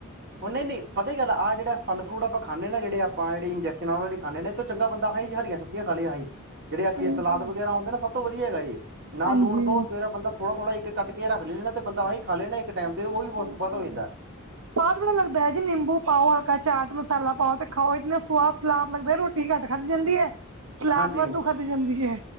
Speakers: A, on the right (about 55°); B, on the right (about 75°).
A: ਉਹ ਨਹੀਂ- ਨਹੀ, ਪਤਾ ਕੀ ਗੱਲ ਆ ਜਿਹੜੇ ਫਲ-ਫੂਰਟ ਖਾਂਦੇ ਨਾ ਜਿਹੜੇ ਆਪਾ ਇੰਜਕਸ਼ਨ ਵਾਲਾ ਖਾਂਦੇ ਨੇ ਚੰਗਾ ਬੰਦਾ ਜੀ ਹਰੀਆਂ ਸਬਜ਼ੀਆਂ ਖਾਲੇ ਹਰੀ ਜਿਹੜੇ
B: ਹਾਂਜੀ
A: ਆਖੀਏ ਸਲਾਦ ਵਗੈਰਾ ਹੁੰਦੇ ਨਾ, ਸਭ ਤੋਂ ਵਧੀਆ ਹੈਗਾ ਇਹ ਨਾਲ
B: ਹਾਂਜੀ
A: ਲੂਣ ਪਾਓ ਸਵੇਰਾ ਬੰਦਾ ਥੋੜਾ-ਥੋੜਾ ਇੱਕ-ਇੱਕ ਕੱਟ ਰੱਖ ਲਏ ਤੇ ਬੰਦਾ ਇਹੀ ਖਾ ਲਏ ਇੱਕ ਟਾਈਮ ਤੇ ਉਹ
B: ਬਿਲਕੁਲ
A: ਵੀ ਬਹੁ-ਬਹੁਤ ਹੋ ਜਾਂਦਾ।
B: ਸਵਾਦ ਬੜਾ ਲੱਗਦਾ ਹੈ ਜੀ ਨਿੰਬੂ ਪਾਓ ਹਲਕਾ ਚਾਟ ਮਸਾਲਾ ਪਾਓ ਤੇ ਖਾਓ, ਇੰਨਾ ਸਵਾਦ ਸਲਾਦ ਲੱਗਦਾ ਰੋਟੀ ਘੱਟ ਖਾਧੀ ਜਾਂਦੀ ਹੈ ਸਲਾਦ
A: ਹਾਂਜੀ
B: ਵਾਧੂ ਖਾਧੀ ਜਾਂਦੀ ਹੈ।